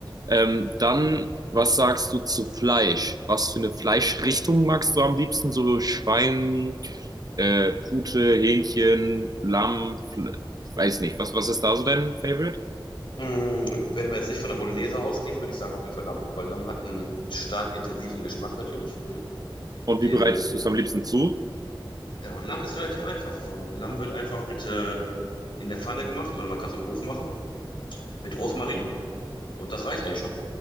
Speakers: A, on the right; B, on the left.
A: Ähm, dann, was sagst du zu Fleisch? Was für eine Fleischrichtung magst du am liebsten? So Schwein, äh, Pute, Hähnchen, Lamm, Fle- weiß nicht. Was, was ist da so dein Favorite?
B: Mm, Wenn wir jetzt nicht von der Bolognese ausgehen, würde ich sagen auf jeden Fall Lamm, weil Lamm hat einen stark intensiven Geschmack natürlich. ne?
A: Und
B: Den,
A: wie bereitest
B: äh,
A: du es am liebsten zu?
B: Ja, und Lamm ist relativ einfach. Ähm, Lamm wird einfach mit äh, in der Pfanne gemacht oder man kann es am Ofen machen, mit Rosmarin und das reicht eigentlich schon